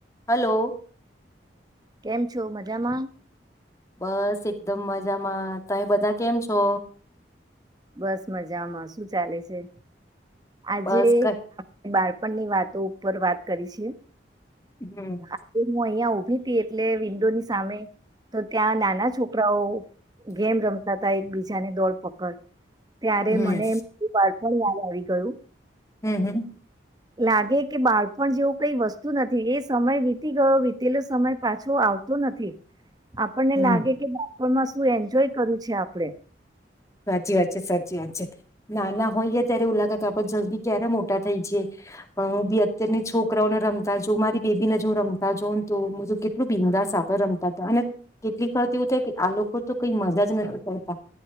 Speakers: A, on the left; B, on the right.
A: Hello.
B: કેમ છો મજામાં.
A: બસ એકદમ મજામાં તમે બધા કેમ છો.
B: બસ મજામાં શું ચાલે છે. આજે
A: બસ ક
B: બાર. આપની વાતો ઉપર વાત કરી છે.
A: હમ.
B: આજે હું અહિયાં ઉભી એટલે વિન્ડોની સામે તો ત્યાં નાના છોકરાઓ ગેમ રમતા હતા એક બીજાને દોડ પકડ. ત્યારે
A: હમ
B: મને એમું બાળપણ યાદ આવી. <inaudible>
A: હમ હમ.
B: લાગે કે બાળપણ જેવું કઈ વસ્તુ નથી એ સમય વીતી ગયો વીતેલો સમય પાછો આવતો નથી. આપણને
A: હમ
B: લાગે કે. માં શું એન્જોય કર્યું છે આપડણે.
A: સાચી વાત છે સાચી વાત છે ના ના હોઈ ગાય ત્યારે એવું લાગે આપ જલ્દી ક્યારે મોટા થઈ જે. પણ હું બી અત્યારની છોકરી. છોકરાઓને રમતા જો મારી બેબીને જો રમતા જોઉ ને તો હ કેટલું ભીનદાસ આપડ રમતા હતા અને કેટલી ફરથી એવું થાય કે આ લોકો તો કઈ મજા જ નથી કરતા.